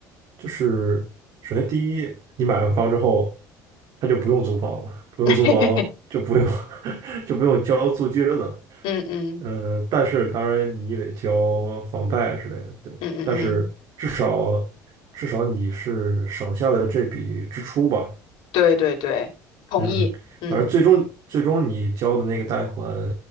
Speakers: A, on the right; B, on the left.
A: 就是首先第一，你买完房之后，他就不用租房了，不用租房就不用
B: <laughs>
A: <laughs> 就不用交租金了。
B: 嗯嗯
A: 呃，但是当然你也得交房贷之类的，对。
B: 嗯嗯嗯，
A: 但是至少至少你是省下了这笔支出吧，
B: 对对对，同意。
A: 嗯。
B: 嗯
A: 而最终最终你交的那个贷款，